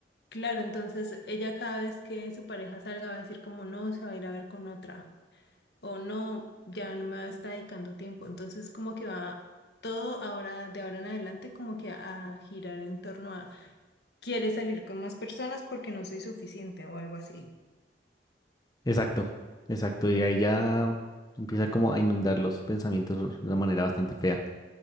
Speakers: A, on the left; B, on the left.
A: Claro, entonces ella cada vez que su pareja salga va a decir como, no, se va a ir a ver con otra. o no, ya no me está dedicando tiempo. Entonces como que va todo ahora, de ahora en adelante, como que a girar en torno a, ¿quieres salir con más personas porque no soy suficiente o algo así?
B: Exacto, exacto. Y ahí ya empieza como a inundar los pensamientos de una manera bastante fea.